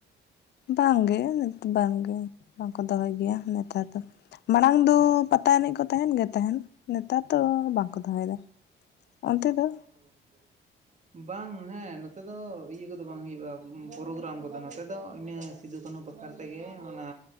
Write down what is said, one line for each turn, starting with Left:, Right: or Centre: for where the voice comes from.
Left: ᱵᱟᱝᱹᱜᱮ ᱵᱟᱝᱹᱜᱮ ᱵᱟᱝ ᱠᱚ ᱫᱚᱦᱚᱼᱭ ᱜᱮᱭᱼᱟ ᱱᱮᱛᱟᱨ ᱫᱚ ᱢᱟᱲᱟᱝ ᱫᱚ ᱯᱟᱹᱛ ᱛᱟᱭ ᱮᱱᱤᱡ ᱠᱚ ᱛᱟᱦᱮᱱ ᱜᱮ ᱛᱟᱦᱮᱱ ᱱᱮᱛᱟᱨ ᱫᱚ ᱵᱟᱝᱠᱚ ᱫᱚᱦᱚᱼᱭᱮᱫᱟ ᱚᱱᱛᱮ ᱫᱚ᱾
Right: ᱫᱚᱦᱼᱭ ᱜᱮ ᱵᱟᱝ ᱦᱮᱸ ᱱᱚᱛᱮ ᱫᱚ ᱤᱭᱟᱹ ᱠᱚᱹᱫᱚ ᱵᱟᱝ ᱦᱩᱭᱩᱜᱼᱟ ᱯᱨᱳᱜᱨᱟᱢ ᱠᱚᱫᱚ ᱱᱚᱛᱮ ᱫᱚ ᱤᱱᱟᱹ ᱥᱤᱫᱩ ᱠᱟᱹᱱᱩ ᱵᱟᱠᱷᱨᱟ ᱛᱮ ᱜᱮ ᱚᱱᱟᱹ